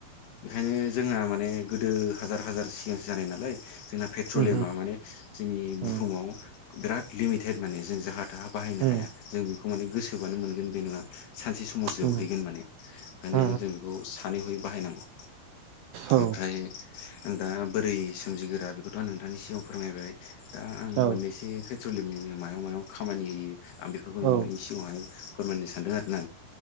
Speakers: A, on the left; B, on the right.
A: बेखायनो जोंहा माने गोदो हाजार हाजार सिगांसो जानाय नालाय जोंना पेट्रलियामा
B: उम
A: माने जोंनि
B: उम
A: बुहुमाव बिराद लिमिटेद माने जों जाहा थाहा बाहायनो
B: उम
A: हाया जों बेखौ माने गोसोबानो मोनगोन बे नङा सानसे समाव जोबहैगोन
B: उम उम
A: माने ओंखायनो
B: औ
A: जों बेखौ सानैहयै बाहायनांगौ
B: औ
A: ओमफ्राय दा बोरै सोमजिगोरा बेखौथ आं नोंथांनि सिगाङाव फोरमायबाय दा आं
B: औ
A: मोननैसो खो ट्रलियामनिनो मायाव मायाव खामानि होयो आं बेफोरखौ
B: औ
A: नोंनि सिगाङावहाय फोरमायनो सानदों आरना